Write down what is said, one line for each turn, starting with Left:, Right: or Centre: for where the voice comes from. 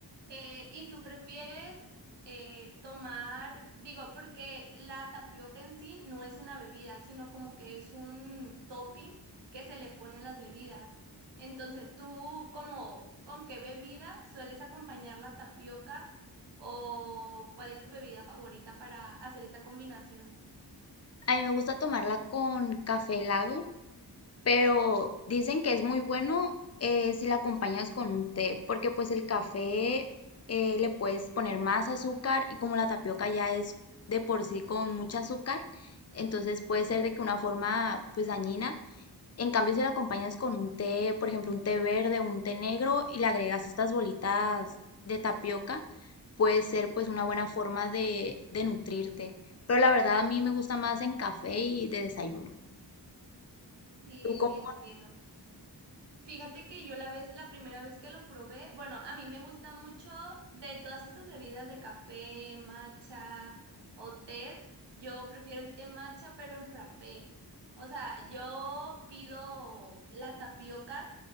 Right: Eh, ¿y tú prefieres eh, tomar, digo, porque la tapioca en sí no es una bebida, sino como que es un topping que se le pone a las bebidas. Entonces, ¿tú como con qué bebida sueles acompañar la tapioca o cuál es tu bebida favorita para hacer esta combinación?
Left: A mí me gusta tomarla con café helado, pero dicen que es muy bueno eh, si la acompañas con un té, porque pues el café eh, le puedes poner más azúcar y como la tapioca ya es de por sí con mucha azúcar, entonces puede ser de que una forma pues dañina En cambio, si la acompañas con un té, por ejemplo, un té verde, o un té negro y le agregas estas bolitas de tapioca, puede ser pues una buena forma de, de nutrirte. Pero la verdad a mí me gusta más en café y de desayuno.
Right: Sí,
Left: ¿Tú cómo
Right: sí, entiendo. Fíjate que yo la vez, la primera vez que lo probé, bueno, a mí me gusta mucho de todas estas bebidas de café, matcha o tés, yo prefiero el té matcha pero en frappé. O sea, yo pido la tapioca